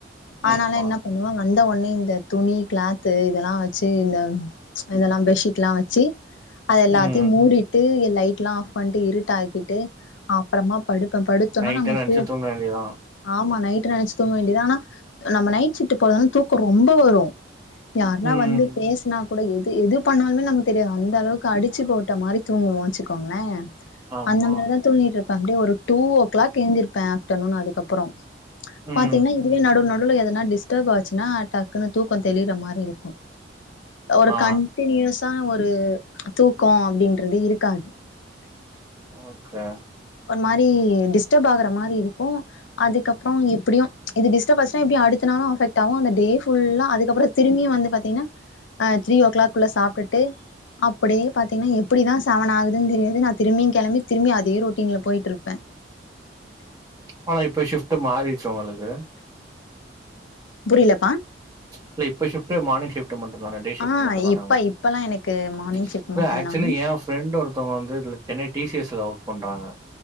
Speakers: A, on the left; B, on the right.
A: அதனால
B: ஆமா
A: என்ன பண்ணுவ அந்த ஒன்னே இந்த துணி கிளாத்து இதெல்லா வச்சு இந்த இதெல்லா பெட்ஷீட்ல்லா வச்சி அதெல்லா
B: ம்
A: த்த மூடிட்டு எல் லைட் லா ஆஃப் பண்ணிட்டு இருட்டு ஆகிட்டு அப்புறமா படுப்போ படுத்தோம்னா
B: நைட்டுன்னு
A: நம்ம
B: நெனச்சு
A: தூங்
B: தூங்க வேண்டியதா
A: ஆமா நைட்டு நெனச்சு தூங்க வேண்டியதா ஆனா நம்ம நைச்சிட்டு போறதுனா தூக்கோ ரொம்ப வரு யாருன்னா
B: ம்
A: வந்து பேசுனா கூட எது எது பண்ணாலுமே நமக்கு தெரியாது அந்த அளவுக்கு அடிச்சு போட்டு ட்ட மாதிரி தூங்குவோ வெச்சிக்குங்களே
B: ஆமா
A: அந்த மாதிரிதா தூங்கிட்டு இருப்பே அப்டியே ஒரு டூ ஒ க்ளாக் கேந்திருப்ப ஆஃப்டர்நூன் அதுக்கப் அப்புறோ
B: ம்
A: பாத்தீங்கன்னா இதுலயே நடடு நடுல எதா நா டிஸ்டர்ப் ஆச்சுன்னா டக்குனு தூக்க தெளிற மாரி இருக்கு ஒரு
B: ஆ
A: கன்டினியூஸான ஒரு ஒரு தூக்கோ அப்டின்றது இருக்காது
B: ஓகே
A: ஒரு மாதிரி டிஸ்டர்ப் ஆகுற மாதிரி இருக்கு அதுக்கப்புறோ எப்டியு இது டிஸ்டர்ப் ஆச்சினா எப்டியு அடுத்தனாலு அஃபெக்ட் ஆகு அந்த டேஃபுல்லா அதுக்கப்புறோ திரும்பியு வந்து பாத்தீங்கன்னா அ த்ரீ ஓ கிளாக் குள்ள சாப்பிட்டுட்டு அப்டியே பாத்தீங்கன்னா எப்படிதா செவன் ஆகுதுன்னு தெரியாது நா திரும்பியு கிளம்பி திரும்பி அதே ரொ ட்டின்ல போயிட்டு இருப்பே
B: ஆனா இப்ப ஷிஃப்ட் மாறிச்சு உங்களுக்கு
A: புரியலப்பா
B: இல்ல இப்ப ஷிப்ட் மார்னி் ஷிப்ட் ட்டு மட்டு தானே டே ஷிப்டு
A: ஆ
B: மட்டு தானே
A: இப்ப
B: அவங்க
A: இப்பல்லா எனக்கு மார்னிங் ஷிஃப்ட் மட்டுந்தா
B: ஆக்சுவலி என் ஃப்ரண்ட் ஒருத்தவங்க வந்து சென்னை டி சி எஸ்ல ஓர்க் பண்றாங்க